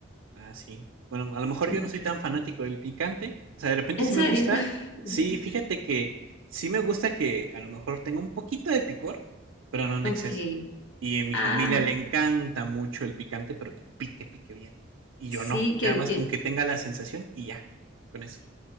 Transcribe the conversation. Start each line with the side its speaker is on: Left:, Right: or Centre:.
Right: ah, sí. Bueno, a lo mejor yo
Left: Mm.
Right: no soy tan fanático del picante, o sea, de repente
Left: ¿En
Right: sí
Left: serio?
Right: me gusta,
Left: <laughs>
Right: sí, fíjate que sí me gusta que a lo mejor tenga un poquito de picor, pero no en
Left: Ok.
Right: exceso. Y en mi
Left: Ah,
Right: familia le encanta mucho el picante, pero que pique, pique bien. Y
Left: sí,
Right: yo no,
Left: que,
Right: ya más
Left: que
Right: con que tenga la sensación y ya, con eso.